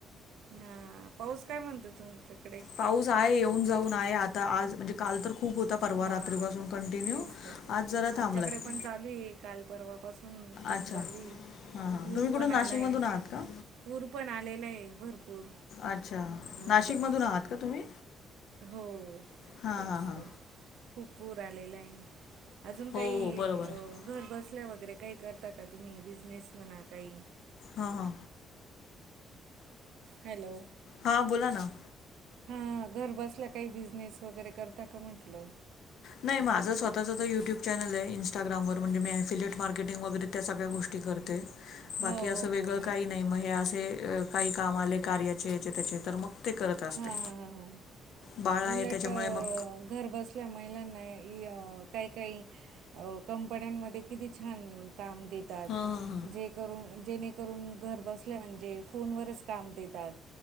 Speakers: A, on the right; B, on the left.
A: हा पाऊस काय म्हणतो तुमच्याकडे.?
B: पाऊस आहे, येऊन जाऊन आहे आता आज म्हणजे काल तर खूप होता. परवा
A: हां
B: रात्रीपासून कंटिन्यू
A: तेच तर
B: आज जरा थांबलं
A: आमच्याकडे
B: आहे.
A: पण चालू आहे काल परवा पासून खूप
B: अच्छा
A: चालू
B: हां
A: आहे
B: हां
A: पू
B: तुम्ही
A: र
B: कुठून
A: पण
B: नाशिकमधून
A: आलाय.
B: आहात का
A: पाऊस पण आलेला आहे भरपूर.
B: अच्छा! नाशिकमधून
A: असं
B: आहात का तुम्ही?
A: हो
B: हां
A: तेच
B: हां हां
A: तर खूप पूर आलेला आहे. अजून काही
B: हो हो बरोबर
A: अ
B: आहे
A: घर बसल्या वगैरे काही करता का तुम्ही बिजनेस म्हणा काही.
B: हा हा
A: हॅलो
B: हां बोला ना.
A: हा घर बसल्या काही बिझनेस वगैरे करता का म्हंटलं?
B: नाही माझं स्वतःचं काही यूट्यूब चॅनल आहे, इ्स्टाग्रामवर म्हणजे मी ॲफिलेट मार्केटिंग वगैरे त्या सगळ्या गोष्टी करते. बाकी
A: हो
B: असं
A: हो
B: वेगळं
A: हो हो
B: काही नाही मग हे असे काही काम आले कार्याचे याचे त्याचे तर मग. ते करत असते.
A: हा हा ह
B: बाळ आहे
A: उलट
B: त्याच्यामुळे मग
A: घर बसल्या. त्या महिलांना काही काही कंपन्यांमध्ये किती छान.. काम देतात
B: हा हा हा.
A: जे. जेणेकरून घर बसल्या म्हणजे फोनवरच काम देतात